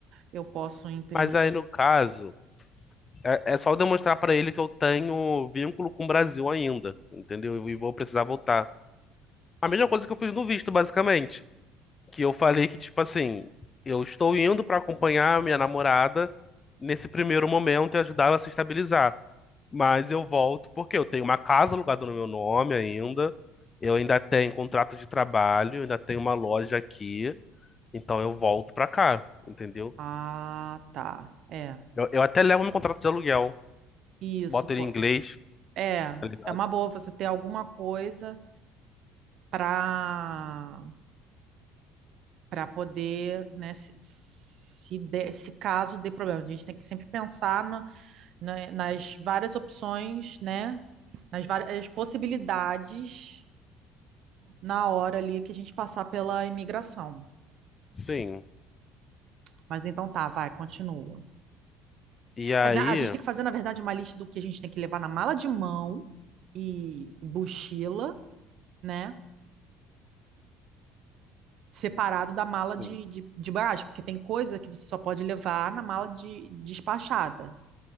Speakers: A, on the right; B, on the left.
A: eu posso imprimir.
B: Mas aí no caso. É, é só eu demonstrar pra ele que eu tenho vínculo com o Brasil ainda, entendeu? E vou precisar voltar. A mesma coisa que eu fiz no visto, basicamente. Que eu falei que, tipo assim, eu estou indo pra acompanhar a minha namorada nesse primeiro momento e ajudar ela a se estabilizar. Mas eu volto porque eu tenho uma casa alugada no meu nome ainda, eu ainda tenho contrato de trabalho, eu ainda tenho uma loja aqui, então eu volto pra cá, entendeu?
A: Ah, tá. É.
B: Eu, eu até levo meu contrato de aluguel,
A: Isso,
B: boto
A: pô.
B: ele em inglês,
A: É,
B: tá ligado?
A: é uma boa você ter alguma coisa para para poder, né, se, se, der- se caso dê problema. A gente tem que sempre pensar no- na- nas várias opções, né, nas várias possibilidades na hora ali que a gente passar pela imigração.
B: Sim.
A: Mas então tá, vai, continua.
B: E aí.
A: A, na- a gente tem que fazer, na verdade, uma lista do que a gente tem que levar na mala de mão e mochila, né? Separado da mala
B: Sim,
A: de, de, de bagagem, porque tem coisa que você só pode levar na mala de despachada.